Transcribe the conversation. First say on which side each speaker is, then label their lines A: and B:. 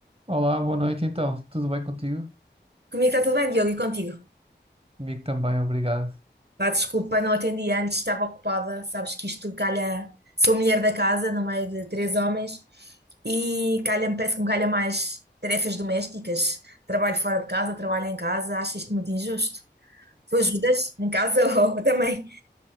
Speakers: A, on the right; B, on the right.
A: Olá, boa noite então. Tudo bem contigo?
B: Comigo está tudo bem, Diogo, e contigo?
A: Comigo também, obrigado.
B: Pá, desculpa, não atendi antes, estava ocupada. Sabes que isto calha. Sou mulher da casa, no meio de três homens, e calha-me, parece que me calha mais tarefas domésticas. Trabalho fora de casa, trabalho em casa, acho isto muito injusto. Tu ajudas em casa <laughs> ou, ou também?